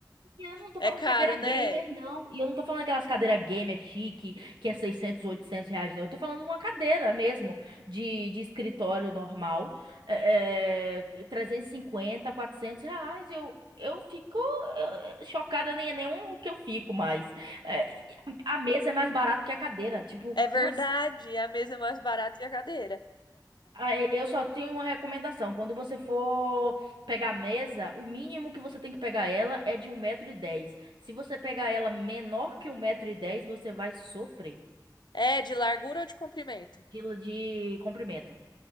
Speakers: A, on the right (about 80°); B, on the left (about 70°).
A: E Eu não tô
B: É
A: falando
B: caro,
A: cadeira gamer,
B: né?
A: não. E eu não tô falando aquelas cadeiras gamer chique, que é 600 800 reais, não. Eu tô falando uma cadeira mesmo, de, de escritório normal, é, é, 350 400 reais. Eu, eu fico é, chocada, nem é nenhum o que eu fico mais. É, e a a mesa é mais barato que a cadeira. Tipo,
B: É verdade,
A: como
B: é a mesa é mais barata que a cadeira.
A: ah, e- Eu só tenho uma recomendação. Quando você for pegar a mesa, o mínimo que você tem que pegar ela é de um metro e dez. Se você pegar ela menor que um metro e dez, você vai sofrer
B: É de largura ou de comprimento?
A: de, de comprimento.